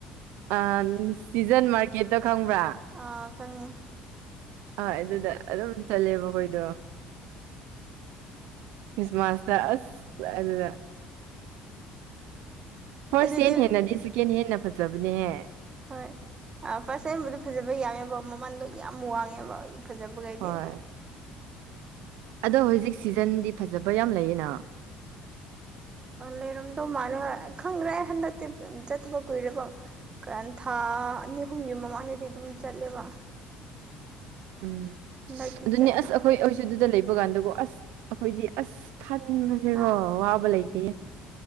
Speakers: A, on the right; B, on the right.
A: ꯑꯥ ꯁꯤꯖꯟ ꯃꯥꯔꯀꯦꯠꯇꯣ ꯈꯪꯕ꯭ꯔꯥ
B: ꯑ ꯈꯉꯦ
A: ꯍꯣꯏ ꯑꯗꯨꯗ ꯑꯗꯨꯝ ꯆꯠꯂꯦꯕ ꯑꯈꯣꯏꯗꯣ ꯈ꯭ꯔꯤꯁꯃꯥꯁꯗ ꯑꯁ ꯑꯗꯨꯗ ꯐꯥꯔ꯭ꯁ
B: ꯑꯗꯨꯗꯤ
A: ꯍꯦꯟ ꯍꯦꯟꯅꯗꯤ ꯁꯦꯀꯦꯟ ꯍꯦꯟꯅ ꯐꯖꯕꯅꯦꯍꯦ
B: ꯍꯣꯏ ꯐꯥꯔꯁ ꯇꯕꯨꯗꯤ ꯐꯖꯕ ꯌꯥꯝꯃꯦꯕ ꯃꯃꯟꯗꯣ ꯌꯥꯝ ꯋꯥꯡꯉꯦꯕ ꯐꯖꯕꯒꯩꯗꯤ
A: ꯍꯣꯏ ꯑꯗꯣ ꯍꯧꯖꯤꯛ ꯁꯤꯖꯟꯗꯤ ꯐꯖꯕ ꯌꯥꯝ ꯂꯩꯌꯦꯅ
B: ꯂꯩꯔꯝꯗꯧ ꯃꯥꯜꯂꯦ ꯍꯣꯏ ꯈꯪꯗ꯭ꯔꯦ ꯍꯟꯗꯛꯇꯤ ꯆꯠꯇꯕ ꯀꯨꯏꯔꯦꯕꯣ ꯊꯥ ꯑꯅꯤ ꯑꯍꯨꯝꯒꯤ ꯃꯃꯥꯡꯗꯗꯤ ꯑꯗꯨꯝ ꯆꯠꯂꯦꯕ
A: ꯎꯝ
B: ꯍꯟꯗꯛꯇꯤ
A: ꯑꯗꯨꯅꯦ
B: ꯆꯠꯇ꯭ꯔꯦ
A: ꯑꯁ ꯑꯩꯈꯣꯏ ꯑꯩꯁꯨ ꯑꯗꯨꯗ ꯂꯩꯕ ꯀꯥꯟꯗꯀꯣ ꯑꯁ ꯑꯩꯈꯣꯏꯗꯤ ꯑꯁ ꯈꯟꯕꯁꯦꯀꯣ
B: ꯑꯥ
A: ꯋꯥꯕ ꯂꯩꯇꯦ